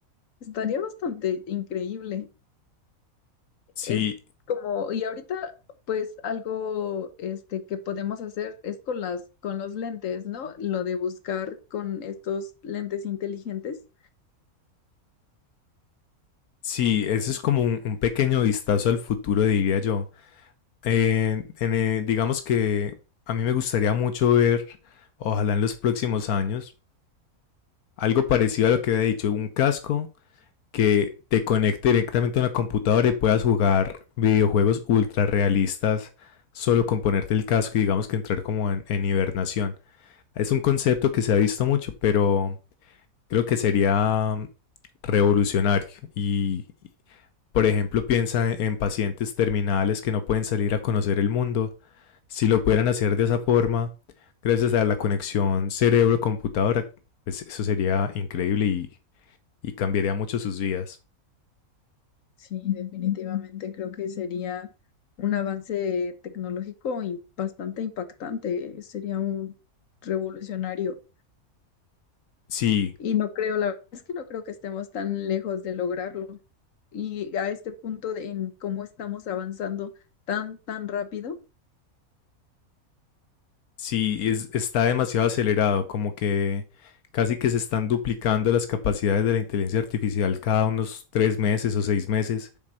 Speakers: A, on the left; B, on the left.
A: Estaría bastante increíble.
B: Sí,
A: Es como, y ahorita, pues algo este que podemos hacer es con las, con los lentes, ¿no? Lo de buscar con estos lentes inteligentes.
B: sí, eso es como un, un pequeño vistazo al futuro, diría yo. Eh, en, eh, digamos que a mí me gustaría mucho ver, ojalá en los próximos años, algo parecido a lo que había dicho, un casco que te conecte directamente a una computadora y puedas jugar videojuegos ultra realistas solo con ponerte el casco y digamos que entrar como en, en hibernación. Es un concepto que se ha visto mucho, pero creo que sería revolucionario y, y, por ejemplo, piensa en en pacientes terminales que no pueden salir a conocer el mundo si lo pudieran hacer de esa forma, gracias a la conexión cerebro-computadora, pues eso sería increíble y, y cambiaría mucho sus vidas.
A: Sí, definitivamente creo que sería un avance tecnológico y bastante impactante. Sería un revolucionario.
B: Sí,
A: Y no creo, la verdad es que no creo que estemos tan lejos de lograrlo. Y a este punto de- en cómo estamos avanzando tan, tan rápido.
B: sí, es- está demasiado acelerado, como que casi que se están duplicando las capacidades de la inteligencia artificial cada unos tres meses o seis meses.